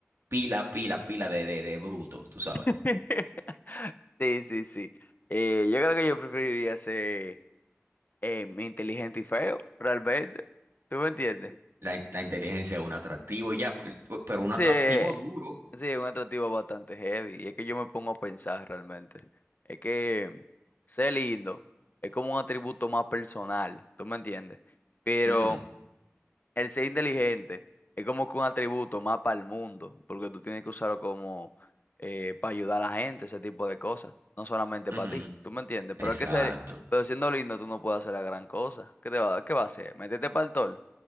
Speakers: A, on the right; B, on the left.
A: pila, pila, pila de, de, de bruto, tú sabes.
B: <laughs> Sí, sí, sí. Eh, yo creo que yo preferiría ser em, inteligente y feo, realmente. ¿Tú me entiendes?
A: La, in- la inteligencia es un atractivo ya, pe- pero un atractivo
B: Sí, eh,
A: duro.
B: sí, es un atractivo bastante heavy. Y es que yo me pongo a pensar realmente. Es que em, ser lindo es como un atributo más personal, ¿tú me entiendes? Pero
A: Ujú,
B: El ser inteligente es como que un atributo más para el mundo, porque tú tienes que usarlo como eh, para ayudar a la gente, ese tipo de cosas, no solamente
A: ujú.
B: para ti, ¿tú me entiendes?
A: Exacto.
B: Pero es que ser, pero siendo lindo tú no puedes hacer la gran cosa. ¿Qué te va, qué va a hacer? ¿Meterte para el tol?